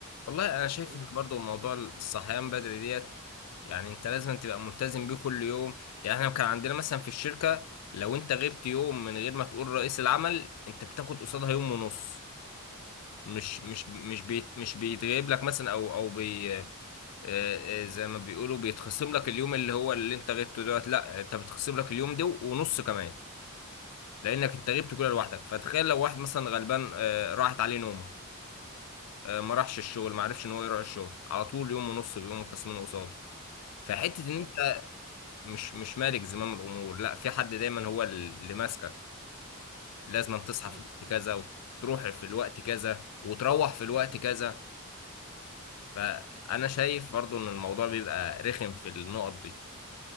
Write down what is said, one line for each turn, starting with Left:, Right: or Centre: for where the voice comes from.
Left: والله انا شايف
Right: فهي
Left: ان برضه موضوع الصحيان بدري ديت يعني انت لازم تبقى ملتزم بيه كل يوم يعني احنا كان عندنا مثلا في الشركة لو انت غبت يوم من غير ما تقول رئيس العمل انت بتاخد قصادها يوم ونص مش مش مش بيت مش بيتغيب لك مثلا او او بي آه، آه، زي ما بيقولوا بيتخصم لك اليوم اللي هو اللي انت غبته دوت لا انت بتخصم لك اليوم ده ونص كمان لانك انت غبت كده لوحدك فتخيل لو واحد مثلا غلبان آه، راحت عليه نومه آه، ما راحش الشغل ما عرفش ان هو يروح الشغل على طول يوم ونص بيقوموا خصمينه قصاده فحته
Right: حرام
Left: ان انت مش مش مالك زمام الامور لا في حد دايما هو اللي ماسكك لازم تصحى
Right: اه
Left: في
Right: بالظبط
Left: الوقت كذا وتروح في الوقت كذا وتروح في الوقت كذا فانا شايف برضو ان الموضوع بيبقى رخم في النقط دي